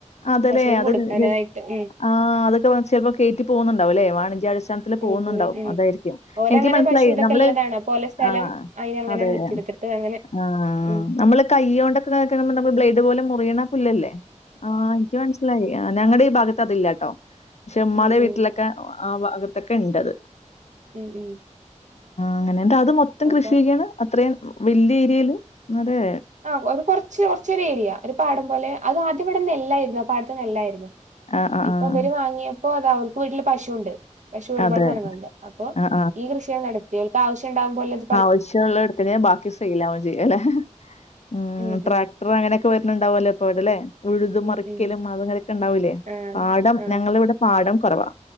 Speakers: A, on the left (about 60°); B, on the right (about 70°).
A: അതല്ലേ?
B: പശുവിന്
A: അത്
B: കൊടുക്കാനായിട്ട്
A: ജസ്
B: ഉം
A: ആഹ് അതൊക്കെ വ ചെലപ്പോ കേറ്റി പോകുന്നുണ്ടാവുല്ലേ വാണിജ്യ അടിസ്ഥാന ത്തില്
B: ഉം
A: പോകുന്നുണ്ടാവും
B: ഉം ഉം
A: അതായിരിക്കും
B: ഓലങ്ങനെ
A: എനിക്ക് മനസ്സിലായി
B: പശു ഇതൊക്കെ
A: നമ്മള്
B: ഇള്ളതാണ് അപ്പൊ ഓലെ സ്ഥലം
A: ആഹ്
B: അയിനങ്ങനാണ്
A: അതെ
B: വിറ്റൊടുത്തിട്ട് അങ്ങനെ
A: ആഹ്
B: ഉം
A: നമ്മള് കയ്യോണ്ട് ആക്ക നമ്മള് ബ്ലേയ്ഡ് പോല മുറിയണ പുല്ലല്ലേ ആഹ് എനിക്ക് മനസ് സിലായി ഞങ്ങടെ ഈ ഭാഗത്ത് അത് ഇല്ലാട്ടോ പക്ഷെ ഉമ്മാടെ
B: ഉം ഉം
A: വീട്ടിലെ ക്ക ആഹ് ഭാഗത്തൊക്കെ ഇണ്ടത്
B: ഉം ഉം.
A: അങ്ങനെന്താ അത് മൊത്തം
B: അപ്പൊ
A: കൃഷി ചെയ്യാണ് അത്രയും വലിയ ഏരിയൽ അതെ.
B: ആ അത് കൊർച്ച് കൊർച്ചൊരേരിയ ഒരു പാടം പോലെ അത് ആദ്യം ഇവിടെ നെല്ലായിരുന്നു ആ പാടത്ത് നെല്ലായിരുന്നു.
A: ആഹ് ആഹ്
B: ഇപ്പൊ
A: ആഹ്.
B: ഇവര് വാങ്ങിയപ്പോ അതാ അവർക്ക് വീട്ടില് പശുണ്ട്. പശു ഒരുപാട്
A: അതെ.
B: സാനങ്ങളുണ്ട് അപ്പോ
A: ആഹ്
B: ഈ കൃഷിയങ്ങ് നടത്തി ഓൽക്ക് ആവ്ശ്യം ഉണ്ടാവുമ്പോലെട്.
A: ആവശ്യള്ളത് എട്തിട് ബാക്കി സൈലാവും ചെയ്യല്ലെ ആഹ്
B: ഉം
A: ട്ര
B: ഉം
A: ത്ര അങ്ങനൊക്കെ വര്ന്ണ്ടാവല്ലോ എപ്പാട്ല്ലേ. ഉഴുതു മറിക്കലും
B: ഉം ഉം
A: മ് അതങ്ങനെക്കെണ്ടാവൂലേ
B: ആഹ്
A: പാഠം
B: ആഹ്
A: ഞങ്ങളിവിടെ പാഠം കൊറവാ.